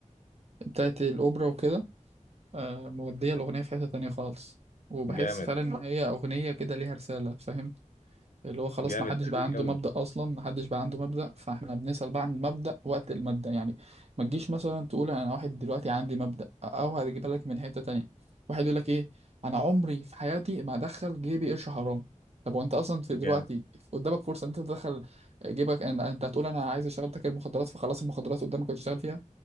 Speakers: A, on the right (about 55°); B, on the left (about 80°).
A: بتاعت الأوبرا وكده آه، مودية الأغنية في حتة تانية خالص وبحس
B: جامد
A: فعلا إن هي أغنية كده ليها رسالة فاهم اللي هو خلاص
B: جامد
A: محدش بقى
B: قوي
A: عنده
B: قوي
A: مبدأ أصلا محدش بقى عنده مبدأ فإحنا بنسأل بقى عن المبدأ وقت المادة يعني ما تجيش مثلا تقول أنا واحد دلوقتي عندي مبدأ أو هتجيبها لك من حتة تانية واحد يقول لك إيه أنا عمري في حياتي ما أدخل جيبي قرش حرام طب وأنت أصلا في
B: جامد
A: دلوقتي قدامك فرصة إن أنت تدخل جيبك أن- أنت هتقول أنا عايز أشتغل تاجر مخدرات فخلاص المخدرات قدامك هتشتغل فيها